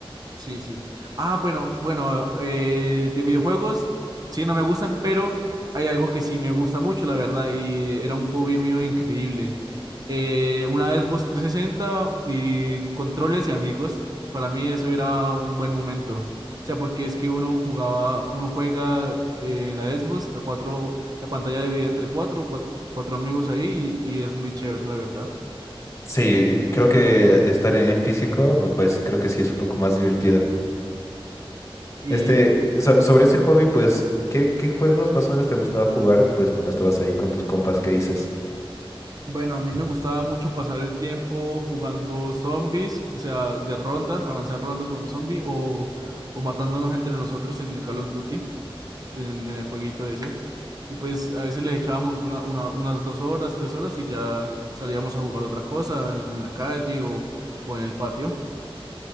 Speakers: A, on the right (about 40°); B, on the left (about 30°).
A: Sí, sí. Ah, bueno, bueno, eh, de videojuegos, sí, no me gustan, pero hay algo que sí me gusta mucho, la verdad, y era un hobby mío increíble. Eh, una Xbox 360 y controles y amigos, para mí eso era un buen momento. O sea, porque es que uno jugaba, uno juega eh, en la Xbox a cuatro, la pantalla dividida entre cuatro, cuatro, cuatro amigos ahí y, y es muy chévere, la verdad.
B: Sí, creo que estar en físico, pues creo que sí es un poco más divertido.
A: ¿Y
B: Este, so- sobre ese hobby, pues, ¿qué, qué juegos más o menos te gustaba jugar, pues, cuando estabas ahí con tus compas? ¿Qué dices?
A: Bueno, a mí me gustaba mucho pasar el tiempo jugando zombies, o sea, de rondas, avanzar rondas con un zombie o, o matándonos entre nosotros en el Call of Duty, en el, en el jueguito ese. Y pues a veces le echábamos una- una- unas dos horas, tres horas y ya salíamos a jugar otra cosa en, en la calle o, o en el patio.